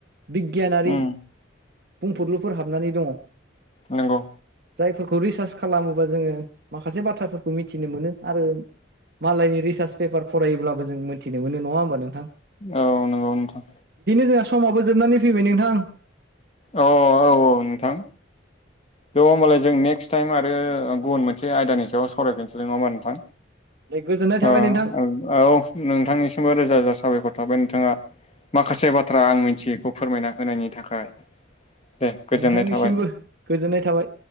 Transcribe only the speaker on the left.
उम
नंगौ।
औ नंगौ नोंथां।
औ औ औ नोंथां। ज' होमबालाय जों नेक्स्ट टाइम आरो गुबुन मोनसे आयदानि सायाव सावरायफिनसै नङा होमबा नोंथां?
ओ
औ नोंथांनिसिमबो रोजा रोजा साबायखर थाबाय नोंथाङा माखासे बाथ्रा आं मिथियैखौ फोरमायना होनायनि थाखाय दे गोजोननाय
थाबाय।